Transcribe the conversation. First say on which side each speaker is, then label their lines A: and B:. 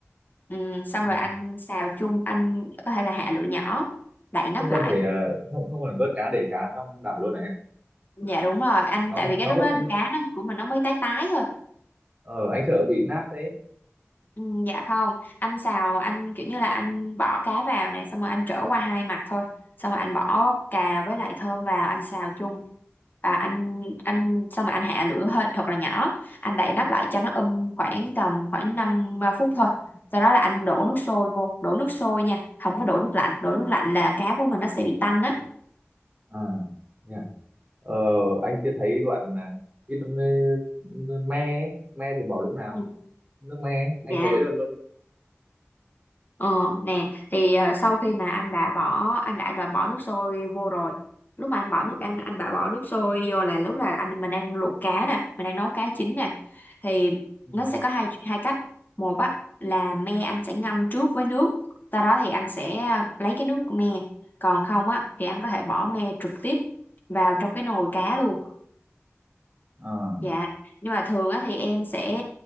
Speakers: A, on the left; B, on the right.
A: Ừ, xong
B: Ờ.
A: rồi anh xào chung, anh có thể là hạ lửa nhỏ, đậy nắp
B: không cần
A: lại.
B: phải ờ, không không cần vớt cá để cá trong đảo luôn hả em
A: Dạ đúng rồi, anh
B: nó
A: tại vì cái
B: nó
A: lúc
B: có
A: đó là cá nó của mình nó mới tái tái thôi.
B: ờ anh sợ bị nát đấy
A: Ừ, dạ không anh xào anh kiểu như là anh bỏ cá vào này xong rồi anh trở qua hai mặt thôi xong rồi anh bỏ cà với lại thơm vào anh xào chung à, anh anh xong rồi anh hạ lửa hơi thật là nhỏ anh đậy nắp lại cho nó um khoảng tầm khoảng 5 phút thôi sau đó là anh đổ nước sôi vô đổ nước sôi nha không có đổ nước lạnh đổ nước lạnh là cá của mình nó sẽ bị tanh á
B: à yeah. ờ anh chưa thấy đoạn à, cái đoạn, ờ, me ấy. me thì bỏ lúc nào
A: Ừ,
B: nước me ấy. anh
A: dạ
B: thấy luôn luôn.
A: Ờ nè thì ờ, sau khi mà anh đã bỏ anh đã, đã bỏ nước sôi vô rồi lúc mà anh bỏ nước anh anh đã bỏ nước sôi vô là lúc là anh mình đang luộc cá nè mình đang nấu cá chín nè thì
B: ừ.
A: nó sẽ có hai hai cách một á là me anh sẽ ngâm trước với nước sau đó thì anh sẽ ờ, lấy cái nước me còn không á thì anh có thể bỏ me trực tiếp vào trong cái nồi cá luôn
B: à
A: dạ nhưng mà thường á thì em sẽ